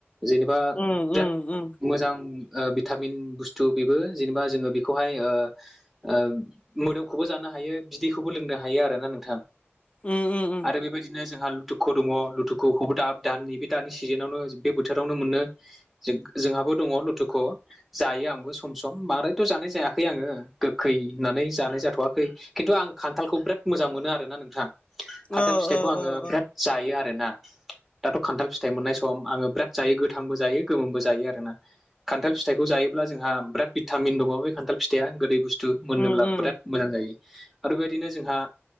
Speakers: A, in the centre; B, on the left (about 25°).
A: जेनेबा
B: उम
A: बिराद
B: उम उम
A: मोजां ओ भिटामिन बुस्थु बेबो जेनेबा जोङो बेखौहाय ओ ओ मोदोमखौबो जानो हायो बिदैखौबो लोंनो हायो आरो ना नोंथां
B: उम उम उम
A: आरो बेबायदिनो जोंहा लुथुखु दङ लुथुखुखौबो दा दानि बे दानि सिजोनावनो बे बोथोरावनो मोनो जों जोंहाबो दङ लुथुखु जायो आंबो सम सम बांद्रायथ' जानाय जायाखै आङो गोखै होननानै जानाय जाथ'वाखै खिन्थु आं खान्थालखौ बिराद मोजां मोनो आरोना नोंथां खान्थाल
B: ओ
A: फिथाइखौ
B: ओ
A: आङो
B: ओ ओ
A: बिराद जायो आरोना दाथ' खान्थाल फिथाइ मोननाय सम आङो बिराद जायो गोथांबो जायो गोमोमबो जायो आरोना खान्थाल फिथाइखौ जायोब्ला जोंहा बिराद भिटामिन दङ बे खान्थाल फिथाइआ गोदै बुस्थु मोनोब्ला
B: उम उम
A: बिराद मोजां जायो आरो बेबायदिनो जोंहा